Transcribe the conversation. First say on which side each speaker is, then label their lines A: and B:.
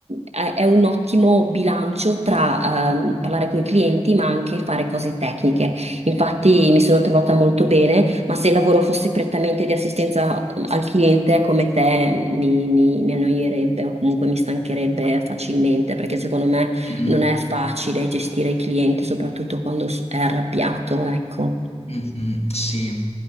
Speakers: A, on the right; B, on the left.
A: è è un ottimo bilancio tra ehm, parlare con i clienti, ma anche fare cose tecniche. Infatti mi sono trovata molto bene, ma se il lavoro fosse prettamente di assistenza mhmm, al cliente come te, mi, mi- mi annoierebbe o comunque mi stancherebbe facilmente, perché secondo me
B: Mm, mm.
A: non è facile gestire il cliente, soprattutto quando s- è arrabbiato, ecco.
B: Mh-mh, sì.